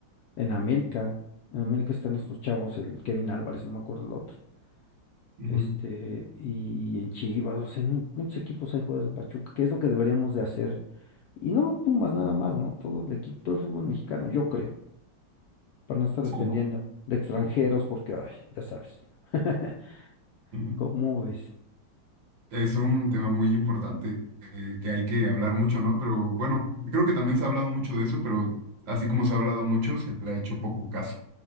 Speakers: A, on the left; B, on the right.
A: en América, en América están estos chavos, el Kevin Álvarez, no me acuerdo el otro,
B: ujú,
A: este, y en Chivas, o sea, en mu- muchos equipos hay jugadores de Pachuca, que es lo que deberíamos de hacer. Y no Pumas nada más, ¿no? Todo el equipo, todo el fútbol mexicano, yo creo, para no estar
B: sí.
A: dependiendo de extranjeros, porque, ay, ya sabes, <laughs>
B: ujú.
A: ¿cómo ves?
B: Es un tema muy importante eh, que hay que hablar mucho, ¿no? Pero bueno, creo que también se ha hablado mucho de eso, pero así como se ha hablado mucho, se le ha hecho poco caso.